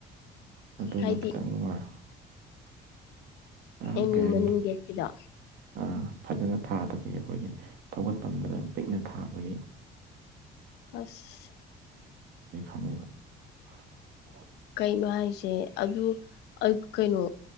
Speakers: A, on the right; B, on the left.
A: ꯑꯗꯨꯃ
B: ꯍꯥꯏꯗꯤ
A: ꯈꯤꯇꯪ ꯅꯨꯡꯉꯥꯏꯑꯣ ꯑꯥꯡ
B: ꯑꯦꯝ
A: ꯀꯩ
B: ꯌꯨ
A: ꯍꯥꯏꯅꯤ
B: ꯃꯅꯤꯡ ꯒꯦꯠꯀꯤꯗꯣ
A: ꯑꯥ ꯐꯖꯅꯥ ꯊꯥꯗꯕꯒꯤ ꯑꯩꯈꯣꯏꯒꯤ ꯊꯧꯒꯠꯐꯝꯗꯨꯗꯪ ꯄꯤꯛꯅ ꯊꯥꯕꯒꯤ
B: ꯑꯁ
A: <inaudible>
B: ꯀꯩꯅꯣ ꯍꯥꯏꯖꯦ ꯑꯗꯨ ꯑꯣ ꯀꯩꯅꯣ